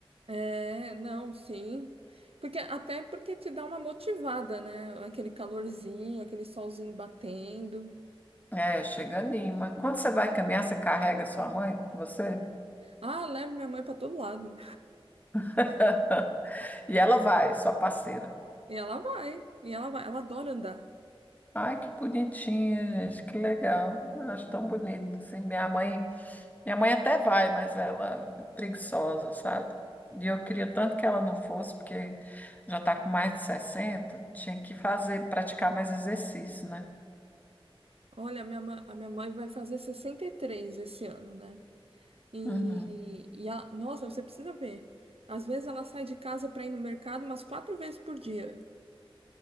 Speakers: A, on the right; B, on the left.
A: É, não, sim. Porque até porque te dá uma motivada, né? Aquele calorzinho, aquele solzinho batendo.
B: É, chega anima. Quando você vai caminhar, você carrega sua mãe com você?
A: Ah, leve minha mãe para todo lado.
B: <laughs> E ela vai, sua parceira.
A: E ela vai, e ela vai, ela adora andar.
B: Ai, que bonitinho, gente, que legal. Eu acho tão bonito, assim. Minha mãe, minha mãe até vai, mas ela é preguiçosa, sabe? E eu queria tanto que ela não fosse, porque já está com mais de 60 tinha que fazer, praticar mais exercício, né?
A: Olha, a minha mãe, a minha mãe vai fazer 63 esse ano, né? E,
B: Uhum.
A: e ela, nossa, você precisa ver. Às vezes ela sai de casa para ir no mercado umas quatro vezes por dia